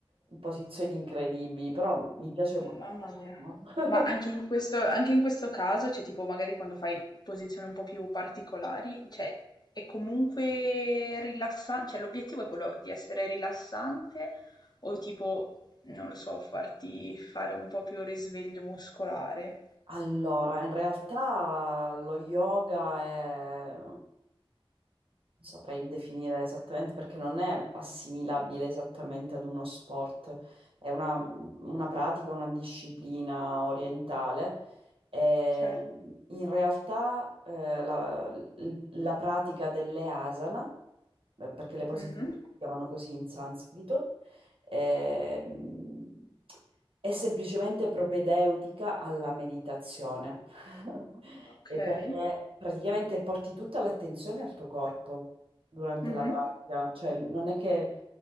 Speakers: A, on the right (about 70°); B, on the left (about 45°).
A: in posizioni incredibili, però mi piace molto.
B: Mamma mia.
A: <laughs>
B: Ma anche in questo anche in questo caso, cioè tipo magari quando fai posizioni un po' più particolari, cioè è comunque rilassa cioè l'obiettivo è quello di essere rilassante o tipo, non lo so, farti fare un po' più risveglio muscolare?
A: Allora, in realtà lo yoga è saprei definire esattamente perché non è assimilabile esattamente ad uno sport, è una, una pratica, una disciplina orientale. E
B: Cioè
A: in realtà eh, la, l- la pratica delle asana, eh, perché le posizioni
B: mh-mh,
A: si chiamano così in sanscrito, ehm, è semplicemente propedeutica alla meditazione. <laughs>
B: okay,
A: E perché praticamente porti tutta l'attenzione al tuo corpo durante
B: mh-mh,
A: la pratica, cioè non è che